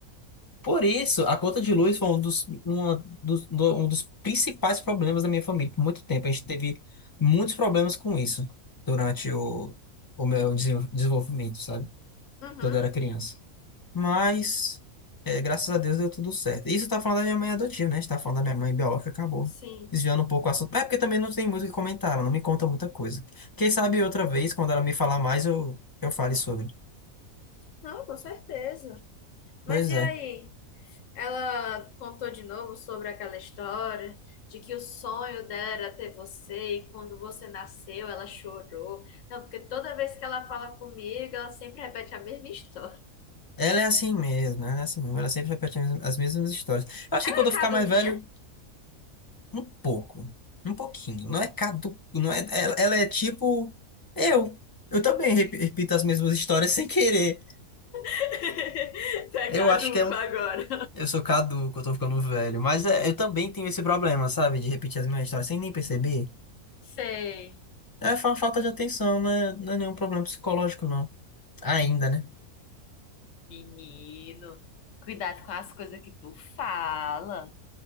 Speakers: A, on the left (about 35°); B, on the left (about 60°).
A: Por isso, a conta de luz foi um dos, uma dos- do- um dos principais problemas da minha família por muito tempo. A gente teve muitos problemas com isso durante o, o meu desenvol- desenvolvimento, sabe?
B: Uhum,
A: Quando eu era criança. Mas, é, graças a Deus deu tudo certo. Isso tá falando da minha mãe adotiva, né? A gente tá falando da minha mãe biológica, acabou.
B: sim.
A: Desviando um pouco o assunto. É porque também não tem muito o que comentar, ela não me conta muita coisa. Quem sabe outra vez, quando ela me falar mais, eu, eu fale sobre.
B: Não, com certeza. Mas
A: Pois
B: e
A: é.
B: aí? Ela contou de novo sobre aquela história de que o sonho dela era ter você e quando você nasceu ela chorou. Não, porque toda vez que ela fala comigo, ela sempre repete a mesma história.
A: Ela é assim mesmo, ela é assim mesmo. Ela sempre repete as as mesmas histórias. Eu acho
B: Tá
A: que quando eu
B: caduquinha?
A: ficar mais velho, um pouco. Um pouquinho. Não é cadu... não é... Ela, ela é tipo eu. Eu também rep- repito as mesmas histórias <laughs> sem querer.
B: <laughs> Tá
A: Eu
B: caduco
A: acho que é um
B: agora.
A: Eu sou caduco, eu tô ficando velho. Mas é, eu também tenho esse problema, sabe? De repetir as mesmas histórias sem nem perceber.
B: Sei.
A: É fa- falta de atenção, não é, não é nenhum problema psicológico, não. Ainda, né?
B: Menino, cuidado com as coisas que tu fala.